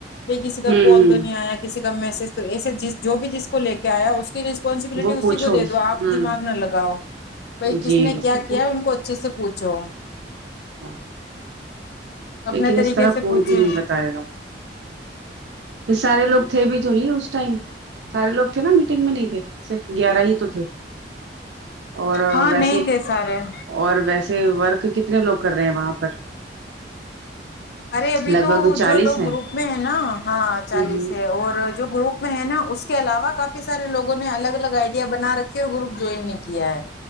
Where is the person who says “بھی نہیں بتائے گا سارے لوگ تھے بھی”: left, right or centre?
Right